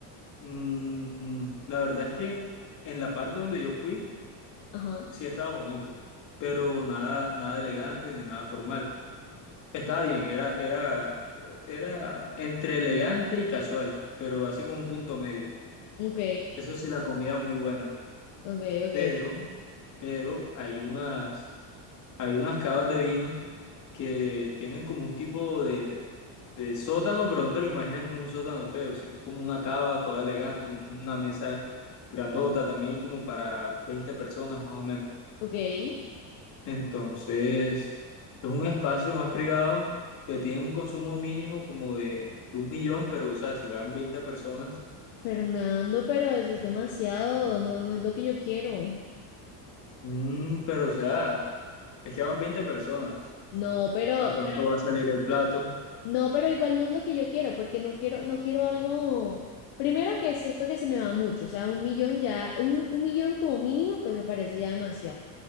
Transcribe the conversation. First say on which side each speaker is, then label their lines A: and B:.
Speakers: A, on the left; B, on the left.
A: mm, mm, la verdad es que en la parte donde yo fui
B: Ajá.
A: sí estaba bonito, pero nada, nada elegante ni nada formal. Estaba bien, era, era, era entre elegante y casual, pero así como un punto medio.
B: Ok,
A: Eso sí, la comida muy buena,
B: ok, ok,
A: pero, pero hay unas, hay unas cavas de vino que tienen como un tipo de, de sótano, pero no te lo imaginas como un sótano feo, sino como una cava toda elegante, una mesa grandota también como para 20 personas más o menos.
B: ok.
A: Entonces, es un espacio más privado, te piden un consumo mínimo como de, de un millón, pero o sea, si van 20 personas,
B: Fernando, pero eso es demasiado, no, no es lo que yo quiero.
A: mm, pero o sea, es que van 20 personas,
B: No, pero,
A: ¿a cuánto va a salir el plato?
B: no, pero igual no es lo que yo quiero, porque no quiero, no quiero algo. Primero que siento que se me va mucho, o sea, un millón ya, un, un millón como mínimo, pues me parece ya demasiado.